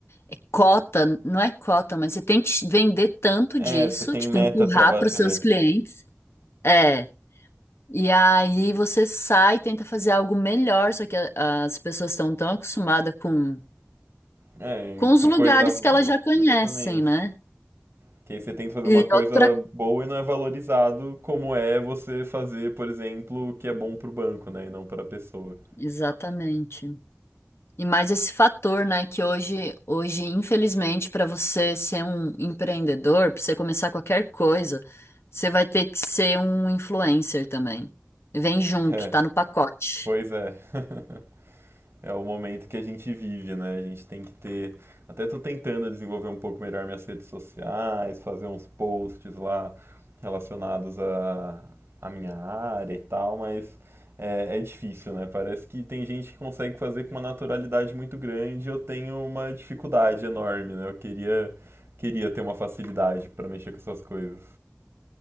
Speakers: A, on the left; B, on the right.
A: é cota, não é cota, mas você tem que vender tanto
B: É,
A: disso,
B: você tem
A: tipo,
B: meta
A: empurrar
B: pra bater.
A: para os seus clientes. É. E aí você sai e tenta fazer algo melhor, só que a- as pessoas estão tão acostumadas com,
B: É, em-
A: com
B: com
A: os lugares
B: coisa ruim.
A: que elas já conhecem,
B: Exatamente.
A: né?
B: Que aí você tenta fazer
A: E
B: uma coisa
A: outra.
B: boa e não é valorizado como é você fazer, por exemplo, o que é bom pro banco, né? E não pra pessoa.
A: Exatamente. E mais esse fator, né, que hoje, hoje, infelizmente, para você ser um empreendedor, para você começar qualquer coisa, você vai ter que ser um influencer também. Vem junto,
B: É,
A: tá no pacote.
B: pois é. <laughs> É o momento que a gente vive, né? A gente tem que ter. Até tô tentando desenvolver um pouco melhor minhas redes sociais, fazer uns posts lá relacionados à à minha área e tal, mas. É, é difícil, né? Parece que tem gente que consegue fazer com uma naturalidade muito grande, eu tenho uma dificuldade enorme, né? Eu queria, queria ter uma facilidade pra mexer com essas coisas.